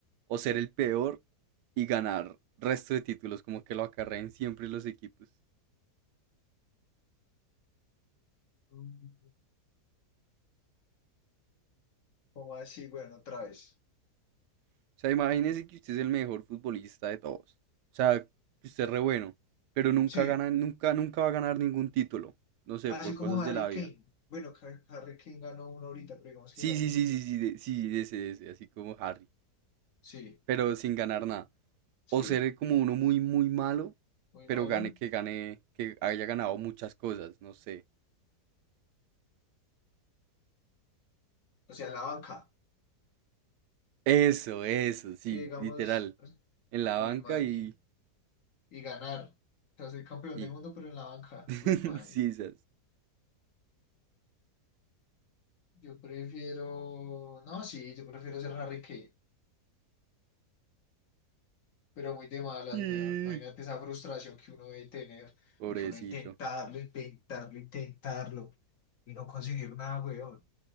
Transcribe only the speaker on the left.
Mm, ¿Cómo así? Bueno, otra vez.
Sí.
Así
como
Harry
Kane. Bueno, Har- Harry Kane ganó uno ahorita, pero digamos
que Harry
Kane.
Sí,
sí,
muy
malo.
O sea, en la banca,
que digamos,
uy,
mani,
y ganar. O sea, soy campeón
del mundo, pero en la banca,
uy, mani.
Yo prefiero, no, sí, yo prefiero ser Harry Kane, pero muy de malas,
weón. Imagínate esa frustración que uno debe tener,
porque uno intentarlo, intentarlo, intentarlo, y no conseguir nada, weón.